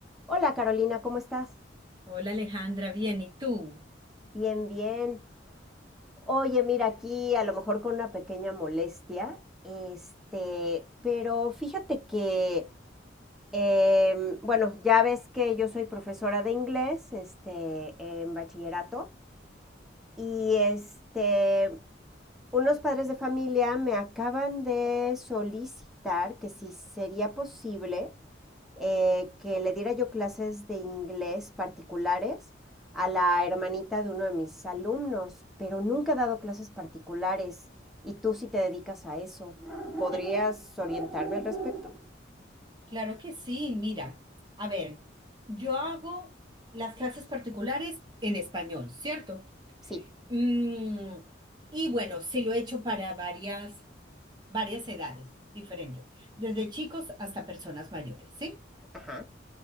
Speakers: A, in the centre; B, on the right.
A: Hola Carolina, ¿cómo estás?
B: Hola Alejandra, bien, ¿y tú?
A: Bien, bien. Oye, mira, aquí a lo mejor con una pequeña molestia, este, pero fíjate que, em, bueno, ya ves que yo soy profesora de inglés, este, en bachillerato, y este, Unos padres de familia me acaban de solicitar que si sería posible eh, que le diera yo clases de inglés particulares a la hermanita de uno de mis alumnos, pero nunca he dado clases particulares y tú sí te dedicas a eso. ¿Podrías
B: <laughs>
A: orientarme al respecto?
B: Claro que sí, mira, a ver, yo hago las clases particulares en español, ¿cierto?
A: Sí.
B: Mm, y bueno, sí lo he hecho para varias, varias edades diferentes, desde chicos hasta personas mayores, ¿sí?
A: Ajá.